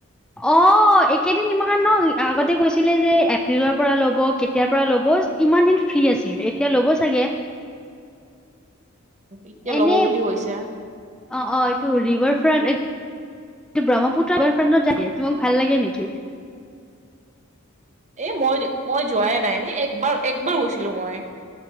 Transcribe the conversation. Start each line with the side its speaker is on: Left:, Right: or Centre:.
Centre: অ', এইকেইদিন ইমান ন আগতে গৈছিলে যে এপ্ৰিলৰ পৰা ল'ব কেতিয়াৰ পৰা ল'ব ইমান দিন ফ্ৰী আছিল এতিয়া ল'ব চাগে।
Right: উম <inaudible> এতিয়া
Centre: এনেই
Right: ল'ব বুলি কৈছে
Centre: অ - অ এইটো ৰিভাৰ ফ্ৰণ্ট টো ব্ৰহ্মপুত্ৰ ফে তোমাক ভাল লাগে নেকি?
Right: এ মই - মই যোৱাই নাই একবাৰ - একবাৰ গৈছিলো মই